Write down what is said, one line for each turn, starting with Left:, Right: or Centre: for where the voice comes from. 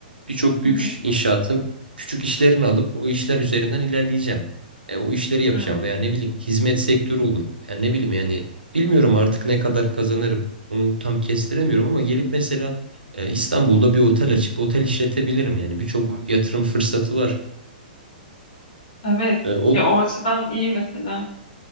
Right: Birçok
Left: Hı
Right: büyük
Left: hı.
Right: inşaatın küçük işlerini alıp o işler üzerinden ilerleyeceğim. E, o işleri yapacağım
Left: Hmm.
Right: veya ne bileyim hizmet sektörü olur. Yani ne bileyim yani bilmiyorum artık ne kadar kazanırım. Onu tam kestiremiyorum ama gelip mesela e, İstanbul'da bir otel açıp otel işletebilirim. Yani birçok yatırım fırsatı var.
Left: Evet.
Right: E, o
Left: Ya o açıdan iyi mesela.